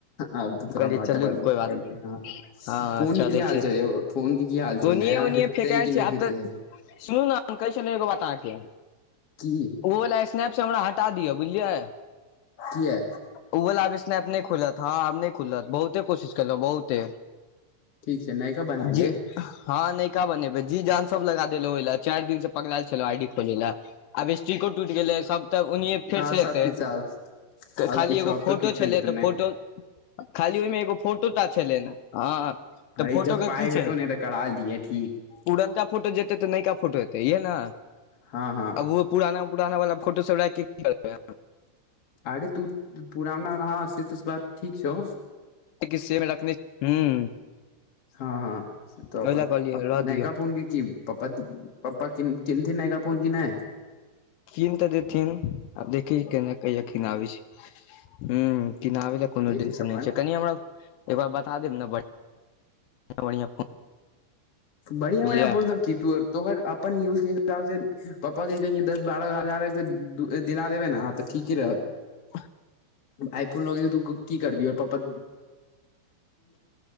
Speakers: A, on the left (about 60°); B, on the left (about 80°).
A: आब तऽ तोरा
B: कहलियै
A: बाटे
B: चलू
A: पड़
B: कोइ बात नय
A: हँ
B: हँ
A: फोन
B: चलै
A: के की हाल
B: छै
A: यौ फोन के की हाल छौ
B: ओनिये
A: नया
B: ओनिये
A: हेतै
B: फेकेऽल
A: कि
B: छै
A: नहि
B: आब
A: हेतै
B: तऽ सुनू न हम कैहै छी न एगो बता केे
A: की
B: ओ लाइप्स्नैप सँ हमरा हटा दिअ बुझलियै
A: कीया
B: उ वला आब स्नैप नय खुलत हँ आब नय खुलत बहुते कोशिश केलौं बहुते
A: ठीक छै नयका बना
B: जी
A: ले
B: हँ नैका बनेबै जी जान सब लगा देलहु ओहि ल चारि दिन से पगलेल छलौ आई डी खोलै लए आब स्टिको टूटि गेलै सब तऽ ओनिये आब फेर
A: हँ
B: से
A: सब
B: एतै
A: किछु आब
B: तऽ
A: आब
B: खाली
A: किछो
B: एगो
A: आब
B: फोटो
A: तऽ किछो
B: छलै
A: नहि
B: तऽ
A: नहि
B: फोटो खाली ओहिमे एगो फोटो टा छलै ने हँ
A: भइ
B: तऽ फोटो
A: जब
B: के
A: पाए
B: की
A: हेतौ
B: छै
A: ने तऽ करा लिहे ठीक
B: पुरनका फोटो जेतै तऽ नयका फोटो एतै इहे न
A: हँ हँ
B: ओहो पुराना पुराना वाला फोटो सब राइख कऽ की करबै हम
A: अरे तू पुराना हं से त बात ठीक छौ
B: आ कि सेम रखने हूं
A: हँ हँ से तऽ अपन
B: ओहि लए कहलियै
A: अ
B: रह
A: नयका
B: दियौ
A: फोन के की पप्पा पप्पा केनथि नयगा फोन कि नय
B: कीन तऽ देथिन आब देखी केना कहिया कीनाबै छी हूं किनाबै लए कोनो
A: देख
B: दिनस
A: ले अपन
B: नहि छै कनि हमरा एकबार बता देब न बढ़िआँ बढ़िआँ फोन
A: बढ़िआ
B: बुझलियै
A: बढ़िआ फोन सब कीतू तोहर अपन यूज के हिसाब से पपा के कहिं दस बारह हजार के दिला देबै न त ठीक ही रहत
B: वाह
A: आइफोन लके तू की करबी प्पा